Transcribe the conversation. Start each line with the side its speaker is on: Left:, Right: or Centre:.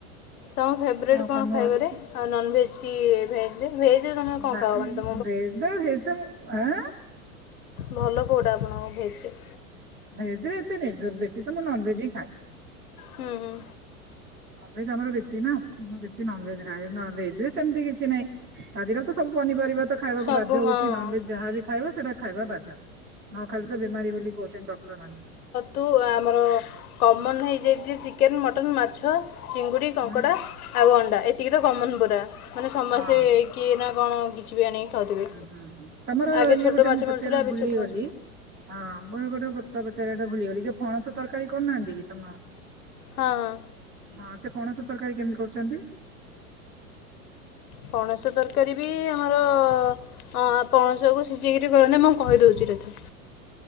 Left: ତୋମ ଫେବରାଇଟ୍
Right: ଆଉ
Left: କଣ
Right: ନୂଆ
Left: ଖାଇବାରେ?
Right: ରେସିପି
Left: ଆଉ ନନଭେଜ୍ କି ଭେଜ୍ ରେ, ଭେଜ୍ ରେ ତୁମେ କଣ
Right: ନା
Left: ଖାଅ ମାନେ ତୋମ
Right: ଭେଜ୍ ବା ଭେଜ୍ ଟା ମୁଁ ଆଁ
Left: ଭଲ କୋଉଟା ଆପଣଙ୍କ ଭେଜ୍ ରେ?
Right: ଭେଜ୍ ରେ ଏତେ ନାଇ ଜ-ବେଶୀ ତ ମୁଁ ନନଭେଜ୍ ହିଁ ଖାଏ।
Left: ହୁଁ, ହୁଁ।
Right: ନନଭେଜ୍ ଆମର ବେଶୀ ନା ମୁଁ ବେଶି ନନଭେଜ୍ ଖାଏ, ନନଭେଜ୍ ରେ ସେମତି କିଛି ନାଇ। ଆଜିକାଲି ତ ସବୁ ପନିପରିବା ତ ଖାଇବାକୁ
Left: ସବୁ
Right: ବାଧ୍ୟ ହଉଛି,
Left: ହଁ
Right: ନନଭେଜ୍ ଯାହା ବିି ଖାଇବ ସେଇଟା ଖାଇବା ବାଧ୍ୟ। ନ ଖାଇଲେ ତ ବେମାରୀ ବୋଲି କହୁଛନ୍ତି ଡକ୍ଟର୍ ମାନେ।
Left: ତୁ ଆମର କମନ୍ ହେଇଯାଇଛି ଚିକେନ୍, ମଟନ୍, ମାଛ। ଚିଙ୍ଗୁଡ଼ି, କଙ୍କଡ଼ା
Right: ହୁଁ
Left: ଆଉ ଅଣ୍ଡା ଏତିକି ତ କମନ୍ ପୁରା, ମାନେ ସମସ୍ତେ
Right: ହଁ।
Left: କିଏ ନା କଣ କିଛିିବି ଆଣିକି। ଖାଉଥିବେ
Right: ହୁଁ, ହୁଁ ହଁ ତୋମର
Left: ଆଗେ
Right: ଇଏ
Left: ଛୋଟ
Right: ଗୋଟେ
Left: ମାଛ
Right: ମୁଁ ପଚାରିବାକୁ
Left: ମିଳୁଥିଲା ଏବେ
Right: ଭୁଲିଗଲି।
Left: ଛୋଟ ମାଛ
Right: ହଁ ଗୋଟେ ଗୋଟେ କଥା ପଚାରିବା ଟା ଭୁଲିଗଲି, ଯେ ଫଣସ ତରକାରୀ କରୁନାହାନ୍ତି କି ତୋମ
Left: ହଁ, ହଁ।
Right: ହଁ ସେ ପଣସ ତରକାରୀ କେମିତି କରୁଛନ୍ତି?
Left: ପଣସ ତରକାରୀ ବି ଆମର ଅଁ, ପଣସକୁୁ ସିଜେଇକିରି କରନ୍ତି, ମୁଁ କହିଦଉଚି ରହିଥ।